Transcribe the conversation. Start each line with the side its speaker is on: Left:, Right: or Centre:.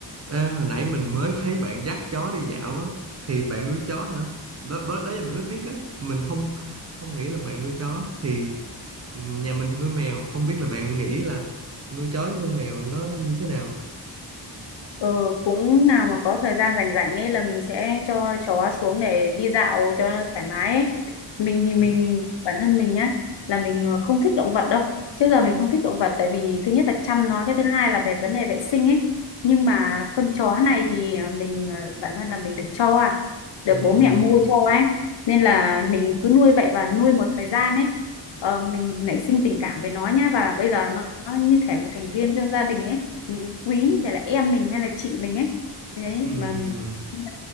Right: Ê, hồi nãy mình mới thấy bạn dắt chó đi dạo á thì bạn nuôi chó hả? Đó, đó, đó là mình mới biết á, mình không không nghĩ là bạn nuôi chó thì ừ, nhà mình thì nuôi mèo, không biết là bạn nghĩ là nuôi chó với nuôi mèo nó như thế nào.
Left: Ừ, cũng nào mà có thời gian rảnh rảnh ấy là mình sẽ cho chó xuống để đi dạo cho nó thoải mái ấy. Mình thì mình
Right: Ừ,
Left: bản thân mình nhá là mình ờ, không thích động vật đâu. Trước giờ mình không thích động vật tại vì thứ nhất là chăm nó, cái thứ hai là về vấn đề vệ sinh ấy. Nhưng mà con chó này thì mình ờ, bản thân là mình được cho à, được
Right: ừ,
Left: bố mẹ mua cho ấy. Nên là mình cứ nuôi vậy và nuôi một thời gian ấy. Ờ, mình nảy sinh tình cảm với nó nhá và bây giờ nó, nó như thể một thành viên trong gia đình ấy mình quý thì là em mình hay là chị mình ấy đấy
Right: ừ. ừ.
Left: mà nhưng